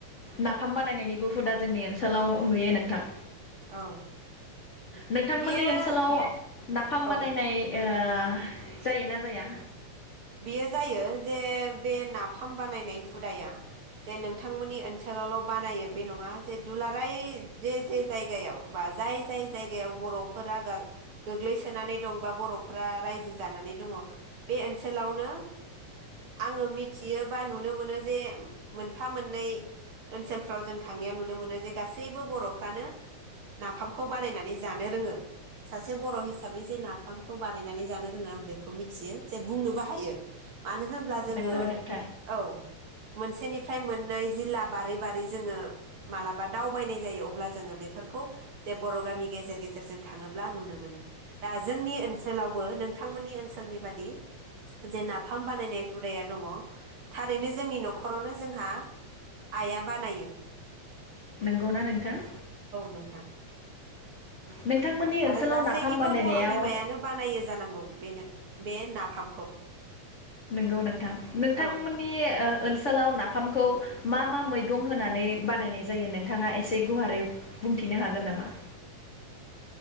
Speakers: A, on the left; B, on the right.
A: नाफाम बानायनायनिबो हुदा जोंनि ओनसोलाव नुयो नोंथां ।
B: औ
A: नोंथांमोननि
B: बेयो
A: ओनसोलाव नाफाम बानायनाय
B: औ
A: ओ जायो ना जाया?
B: बियो जायो जे बे नाफाम बानायनाय हुदाया जे नोंथांमोननि ओनसोलावल' बानायो बे नङा जे दुलाराय जे जे जायगायाव बा जाय जाय जायगायाव बर'फोरा गाग-गोग्लैसोनानै दं बा बर'फोरा रायजो जानानै दङ बे ओनसो सोलावनो आङो मिथियो बा नुनो मोनो जे मोनफा मोननै ओनसोलफ्राव जों थांनायाव नुनो मोनो जे गासैबो बर'फ्रानो नाफामखौ बानायनानै जानो रोङो सासे बर' हिसाबै जे नाफामखौ बानायनानै जानो रोङो आं बेखौ मिथियो जे बुंनोबो हायो । मानो होनब्ला जोङो
A: नंगौ नोंथां
B: औ मोनसेनिफ्राय मोननै जिल्ला बारै बारै जोङो मालाबा दावबायनाय जायो अब्ला जोङो बेफोरखौ जे बर' गामि गेजेर गेजेरजों थाङोब्ला नुनो मोनो दा जोंनि ओनसोलावबो नोंथांमोननि ओनसोलनि बादि जे नाफाम बानायनाय हुदाया दङ थारैनो जोंनि न'खरावनो जोंहा आइआ बानायो ।
A: नंगौना नोंथां?
B: नोंथां
A: नोंथांमोननि ओनसोलाव
B: आरो गासैनिबो
A: नाफाम बानायनायाव
B: बर' बिमायानो बानायो जानांगौ बेनो। बे नाफामखौ।
A: नंगौ नोंथां नोंथांमोननि
B: औ
A: ओ ओनसोलाव नाफामखौ मा मा मैगं होनानै बानायनाय जायो नोंथाङा एसे गुवारै बुंथिनो हागोन नामा?